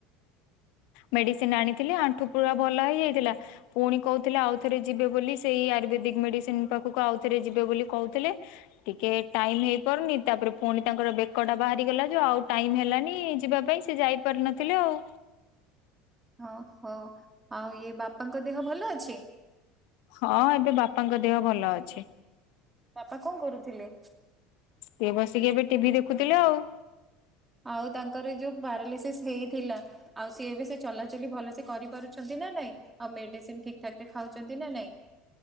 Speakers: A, on the left (about 60°); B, on the right (about 15°).
A: ମେଡ଼ିସିନ ଆଣିଥିଲେ ଆଣ୍ଠୁ ପୁରା ଭଲ ହେଇଯାଇଥିଲା। ପୁଣି କହୁଥିଲେ ଆଉଥରେ ଯିବେ ବୋଲି ସେଇ ଆୟୁର୍ବେଦିକ ମେଡିସିନ ପାଖକୁ ଆଉଥରେ ଯିବେ ବୋଲି କହୁଥିଲେ। ଟିକେ ଟାଇମ ହେଇପାରୁନି ତାପରେ ପୁଣି ତାଙ୍କର ବେକ ଟା ବାହାରିଗଲା ଯୋଉ ଆଉ ଟାଇମ ହେଲାନି ଯିବା ପାଇଁ ସେ ଯାଇପାରିନଥିଲେ ଆଉ।
B: ଓଁହୋ ଆଉ ଇଏ ବାପାଙ୍କ ଦେହ ଭଲ ଅଛି?
A: ହଁ ଏବେ ବାପାଙ୍କ ଦେହ ଭଲ ଅଛି।
B: ବାପା କଣ କରୁଥିଲେ?
A: ସିଏ ବସିକି ଏବେ ଟିଭି ଦେଖୁଥିଲେ ଆଉ।
B: ଆଉ ତାଙ୍କର ଯୋଉ ପାରାଲିସିସ୍ ହେଇଥିଲା ଆଉ ସିଏ ବି ସେ ଚଲାଚଲି ଭଲ ସେ କରିପାରୁଛନ୍ତି ନା ନାଇଁ? ଆଉ ମେଡିସିନ ଠିକ ଠାକ ରେ ଖାଉଛନ୍ତି ନା ନାଇଁ?